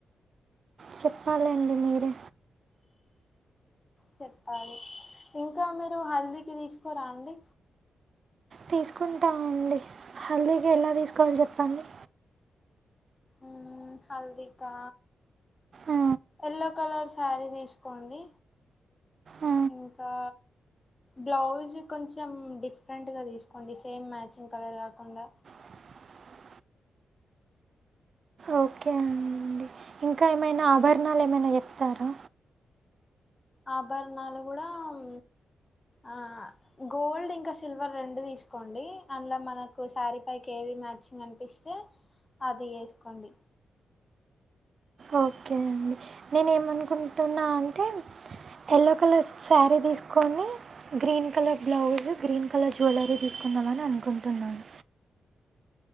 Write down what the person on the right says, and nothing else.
సెప్పాలండి మీరే
తీసుకుంటామండి హల్దీకి ఎలా తీసుకోవాలోి చెప్పండి
ఆ,
ఆ,
<inaudible> ఓకే అండి ఇంకా ఏమైనా ఆభరణాలు ఏమైనా చెప్తారా
ఓకే అండి నేను ఏమనుకుంటున్నా అంటే యల్లో కలర్ స్ శారీ తీసుకోని green colour blouse green colour jewellery తీసుకుందామని అనుకుంటున్నాను